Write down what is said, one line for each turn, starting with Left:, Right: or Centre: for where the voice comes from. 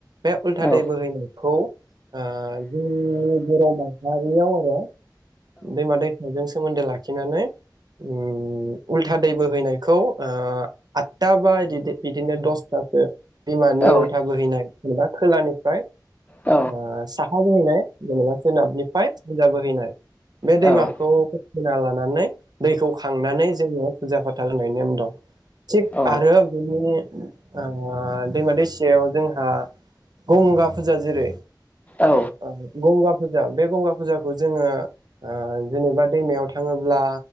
Right: बे उल्था
Left: औ
Right: दै बोहैयो खौ ओ जोंनि बर' मान माबियाव आरो दैमा दैसाजों सोमोन्दो लाखिनानै उम उल्था दै बोहैनायखौ ओ आठथा बा इदि इदिनो दसथासो बिमानि
Left: औ
Right: उल्था बोहैनाय जेनेबा खोलानिफ्राय
Left: औ
Right: ओ साहा जाहैनाय जेनेबा सोनाबनिफाय सानजा बोहैनाय बे दैमाखौ
Left: औ औ
Right: <unintelligible> लानानै दैखौ खांनानै जोङो फुजा फाथाल होनाय नेम दं। थिग
Left: औ
Right: आरो बेनि ओ ओ दैमा दैसायाव जोंहा गंगा फुजा जेरै
Left: औ
Right: ओ गंगा फु जा बे गंगा फुजाखौ जोङो ओ जेनेबा दैमायाव थाङोब्ला